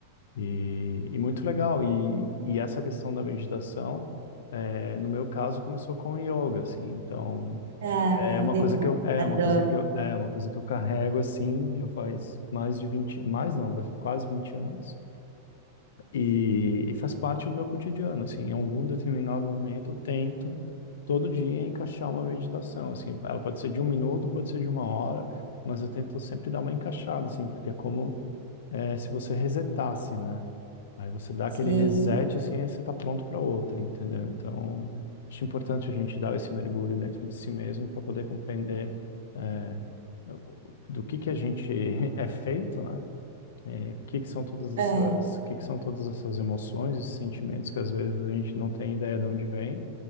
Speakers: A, on the left; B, on the right.
A: E, e muito legal e, e essa questão da meditação eh, no meu caso começou com o yoga assim, então
B: Ah,
A: é uma
B: legal,
A: coisa que eu, é
B: adoro.
A: uma coisa que eu, é uma coisa que eu carrego assim, já faz mais de 20 mais não, vai- quase 20 anos. E, e faz parte do meu cotidiano, assim, em algum determinado momento eu tento todo dia encaixar uma meditação, assim, ela pode ser de um minuto, pode ser de uma hora, mas eu tento sempre dar uma encaixada, assim, porque é como é, se você resetasse, né? Aí você dá
B: Sim,
A: aquele reset, assim, aí você tá pronto para outra, entendeu? Então, acho importante a gente dar esse mergulho dentro de si mesmo para poder compreender é, o- do que que a gente <laughs> é feito, né? É, o que que são todas essas,
B: é,
A: o que que são todas essas emoções, esses sentimentos que às vezes a gente não tem ideia de onde vem